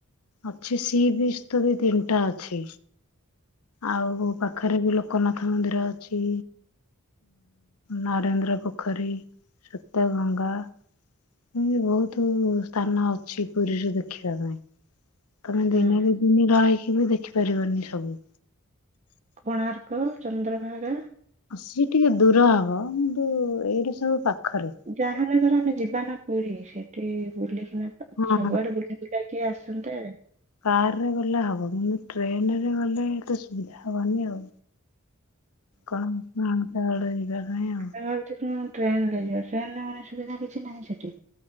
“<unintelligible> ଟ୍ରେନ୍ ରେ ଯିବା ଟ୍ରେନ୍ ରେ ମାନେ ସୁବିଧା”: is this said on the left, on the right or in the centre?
Right